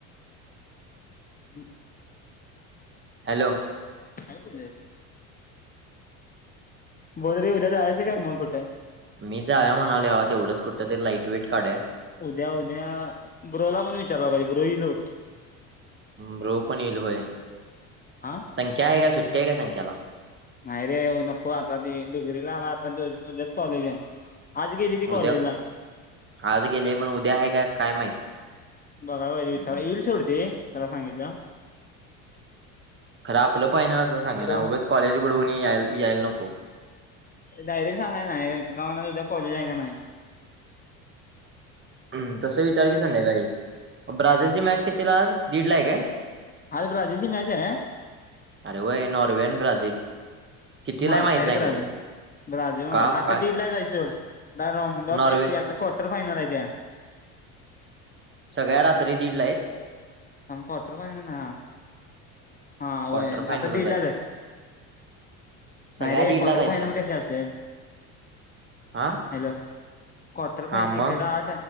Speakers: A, on the left; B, on the right.
A: अचं
B: हॅलो
A: खुशांल कुठे आहे बोदरी उद्यां जायचं कायं मंग कुठे
B: मी जांव्या म्हणाले यावं तेवढंच कुठं तरी लाईट वेटं कांढया
A: उद्यां उद्यां ब्रोला पणं विचारां वालागेल पाहिजे ब्रोईल होतं
B: ब्रो पणं येईलोय
A: हा
B: संख्या आहे कां सुट्टी आहे कां संख्याला
A: नाहीं रे नको आंता त डिग्री लां आंला आंतायाचं कॉलेज आहे आज गेली ती कॉलेजला
B: उद्यां आंज गेले पणं उद्यां आहे कायं कायं माहिती
A: बघां ये पाहिजे विचारां येईल सोडते त्यांला सांगितलं
B: खरं आपलं पाहिणार असं सांगे
A: हॅलो
B: नां उगचं कॉलेज बडवूंन यां यलां नको
A: डायरेक्ट सांगाय नाहीं त्यांला म्हणायचं उद्यां कॉलेज आहे कां नाहीं-
B: हम्मं तसं विचारलं की संध्या कांहीं ब्राझील ची मॅच किती लां आंज दीड लां आहे कायं
A: आंज ब्राजलची मॅच आहे
B: अरे वयं नॉर्वेन ब्राझील कितीलाय
A: मारते
B: माहित
A: रे
B: नाही
A: ब्राझील
B: खरं
A: ब्राझील
B: का
A: मारते आंता
B: काय
A: दिड लां जायचं चडं रमडप
B: नॉर्वे
A: भेटीयां क्वाार्टर फायनांर हांय त्यां
B: सगळ्यां रात्री दीड लां आहेतं
A: आं म काॅपरो नां हां
B: क्वार्टर फायनलच
A: आंता दिडलांच
B: आहेत
A: आहे
B: सगळ्या
A: नाहीं रे
B: दीडलाच
A: काॅक्व्टर
B: आहेत
A: फायंनल
B: का
A: कशी असेलं
B: हा
A: हॅलो काॅटर
B: हा
A: फॅन
B: मग
A: इकडे आं